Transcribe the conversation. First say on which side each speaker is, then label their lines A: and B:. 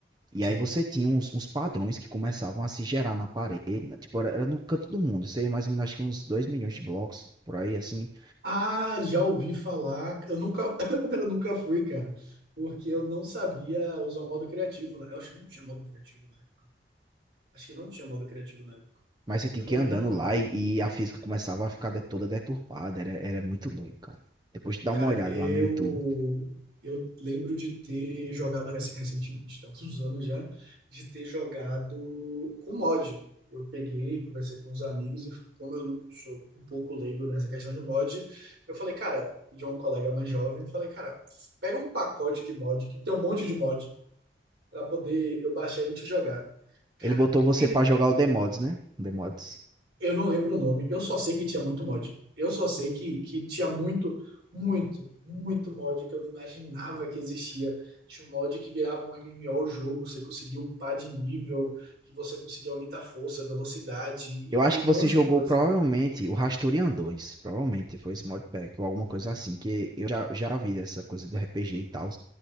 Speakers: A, on the right (about 25°); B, on the right (about 70°).
A: E
B: sim.
A: aí você tinha uns, uns padrões que começavam a se gerar na parede, né? tipo, era, no canto do mundo, sei mais ou menos, acho que uns 2 milhões de blocos, por aí assim.
B: Ah, já ouvi falar. Eu nunca, <laughs> eu nunca fui, cara. Porque eu não sabia usar o modo criativo. né? Eu acho que não tinha modo criativo na época. Acho que não tinha modo criativo na época.
A: Mas você tinha
B: Eu não
A: que ir
B: me
A: andando
B: recordo.
A: lá e, e a física começava a ficar de- toda deturpada, era, era muito doido, cara. Depois de dar
B: Cara,
A: uma olhada
B: eu
A: lá no YouTube.
B: eu lembro de ter jogado rec- recentemente, tá? Uns <laughs> anos já, de ter jogado com mod. Eu peguei, conversei com os amigos e como eu não sou um pouco leigo nessa questão de mod, eu falei, cara, de um colega mais jovem, falei, cara, pega um pacote de mod que tem um monte de mod pra poder eu baixar e a gente jogar. Cara,
A: Ele botou você
B: tem
A: pra jogar o The Mods, né? The Mods.
B: eu não lembro o nome, eu só sei que tinha muito mod. Eu só sei que, que tinha muito, muito, muito mod que eu não imaginava que existia. Tinha um mod que virava um MMO o o jogo, você conseguia upar de nível, que você conseguia aumentar força, velocidade e,
A: Eu acho
B: e um
A: que
B: monte
A: você jogou
B: de coisa.
A: provavelmente o Rastorian 2. Provavelmente foi esse modpack ou alguma coisa assim. Que eu já, já vi dessa coisa do RPG e tal.